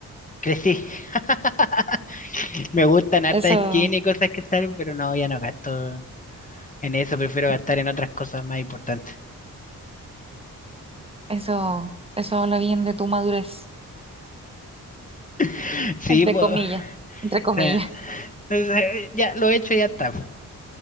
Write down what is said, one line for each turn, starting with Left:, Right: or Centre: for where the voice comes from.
Left: crecí. <laughs> Me gustan hartas
Right: Eso.
Left: skins y cosas que salen, pero no, ya no gasto en eso, prefiero gastar en otras cosas más importantes.
Right: Eso, eso habla bien de tu madurez,
Left: <laughs> Sí,
Right: entre
Left: pues.
Right: comillas, entre comillas.
Left: sea, o sea, ya lo he hecho, ya está.